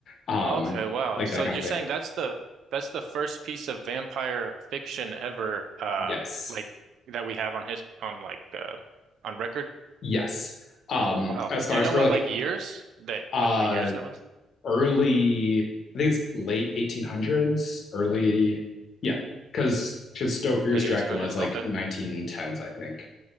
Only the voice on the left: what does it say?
Um,
like
that kind
of thing.
Yes.
Yes. Um,
as
far
as
for
like
uh
early I think it's late 1800s, early yeah, because Stoker's
Dracula
is like
1910s, I think.